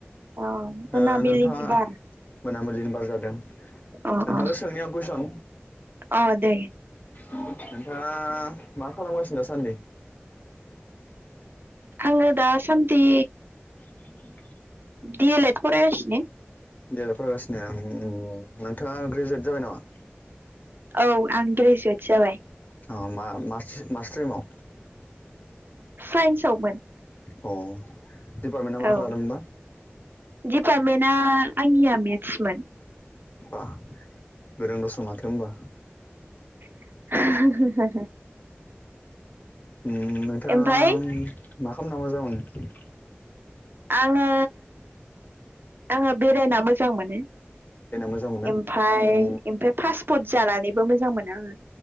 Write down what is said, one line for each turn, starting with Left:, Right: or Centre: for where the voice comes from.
Right: अ
Left: ओ
Right: मोनाबिलिनि
Left: नोंथाङा
Right: बार
Left: मोनाबिलिनि बार जादों?
Right: अ
Left: नोंथांखौ
Right: अ
Left: सोंनि आं कुइचन
Right: अ दे
Left: नोंथाङा मा खालामगासिनो दासान्दि?
Right: आङो दा सान्दि
Left: <inaudible>
Right: डी एल एड फरायगासिनो
Left: <unintelligible> फरायगासिनो उम उम नोंथाङा ग्रेजुवेट जाबाय नामा?
Right: औ आं ग्रेजुवेट जाबाय।
Left: अ मा मासि मा स्ट्रीमाव?
Right: साइन्सआव मोन
Left: अ दिडपार्टमेन्टआ मा
Right: औ
Left: लादोंबा
Right: दिडपार्टमेन्टआ आंनिया मेथ्समोन
Left: बा गोरों दस माथो होमबा
Right: <inaudible>
Left: उम नोंथाङां
Right: ओमफ्राय
Left: मा खालामना मोजां मोनो?
Right: आङो आङो बेरायना मोजां मोनो।
Left: बेरायना मोजां मोनो
Right: ओमफाय
Left: उम
Right: ओमफाय फास्ट फुद जानानैबो मोजां मोनो आङो।